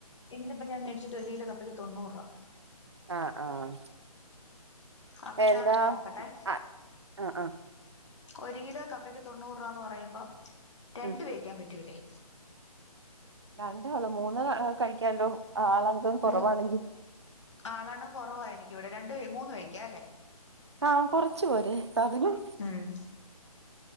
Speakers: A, on the left; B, on the right.
A: ഇന്ന്പ്പൊ ഞാൻ തയ്ച്ചിട്ട് ഒരു കിലോ കപ്പയ്ക്ക് തൊണ്ണൂറ് രൂപ
B: ആഹ് ആഹ്
A: അപ്പൊ
B: എന്താ
A: ഞാനൊന്ന് നോക്കട്ടെ
B: ആഹ് ആഹ്
A: ഒരു കിലോ കപ്പയ്ക്ക് തൊണ്ണൂറ് രൂപന്ന് പറയുമ്പോം
B: ആഹ്
A: രണ്ട് വേക്കാൻ പറ്റൂല്ലേ
B: രണ്ടാള്ളോ മൂന്ന് കഴിക്കാല്ലോ ആളങ്കം കൊറവാണെങ്കി
A: മൂ ആളെണ്ണം കൊറവാ എനിക്ക് ഇവടെ രണ്ട് വെയ് മൂന്ന് വെയ്ക്കാല്ലേ
B: ആഹ് കൊറച്ച് പോരെ സാധനം
A: മ്മ്